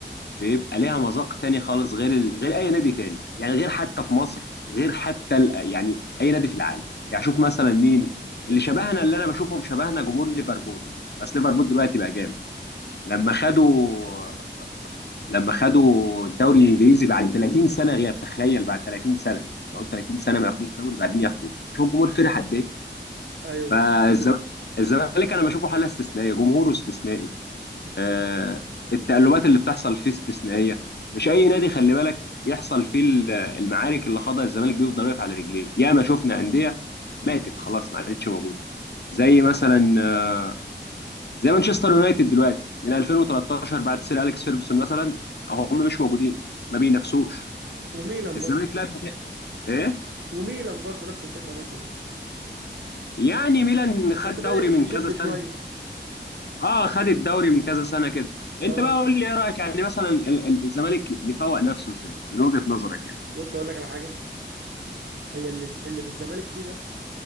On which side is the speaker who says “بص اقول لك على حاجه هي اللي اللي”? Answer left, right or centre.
Right